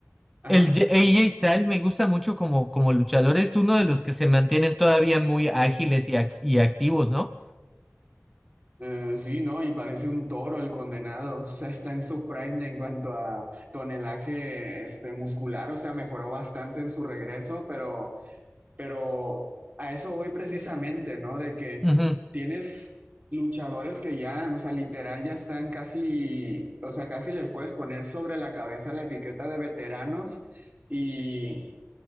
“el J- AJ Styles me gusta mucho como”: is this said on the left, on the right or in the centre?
Centre